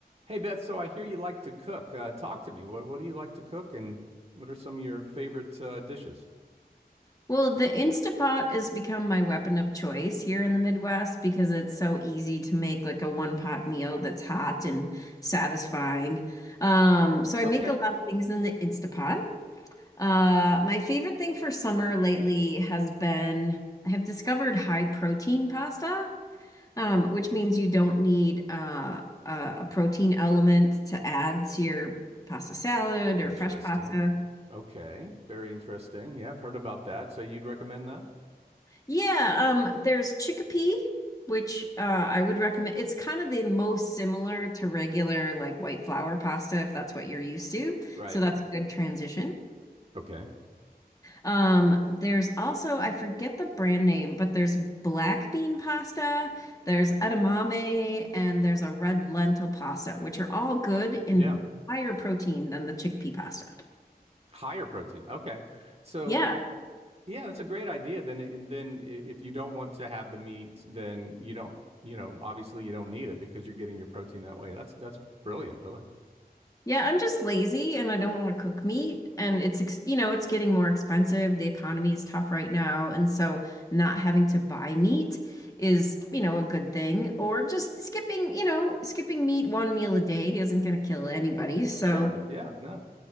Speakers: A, on the right; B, on the left.
A: Hey Beth, so I hear you like to cook. Uh, talk to me. What what do you like to cook, and what are some of your favorite uh, dishes?
B: Well, the Instapot has become my weapon of choice here in the Midwest because it's so easy to make like a one pot meal that's hot and satisfying. Um, so I
A: Okay.
B: make a lot of things in the Instapot. Uh, my favorite thing for summer lately has been I have discovered high protein pasta, um, which means you don't need uh, a, a protein element to add to your pasta salad
A: Interesting.
B: or fresh pasta.
A: Okay. Very interesting. Yeah, I've heard about that. So you'd recommend that?
B: Yeah, um, there's chickpea, which uh, I would recommend. It's kind of the most similar to regular like white flour pasta if that's what you're used to.
A: Right.
B: So that's a good transition.
A: Okay.
B: Um, there's also, I forget the brand name, but there's black bean pasta, there's edamame, and there's a red lentil pasta, which are all good and
A: Yeah.
B: higher protein than the chickpea pasta.
A: Higher protein. Okay. So
B: Yeah,
A: yeah, that's a great idea. Then it- and then i- if you don't want to have the meat, then you don't, you know, obviously you don't need it because you're getting your protein that way. That's that's brilliant, really.
B: Yeah, I'm just lazy and I don't want to cook meat and it's ex you know, it's getting more expensive. The economy is tough right now, and so not having to buy meat is, you know, a good thing or just skipping, you know, skipping meat one meal a day isn't going to kill anybody. So,
A: Sure. Yeah. No.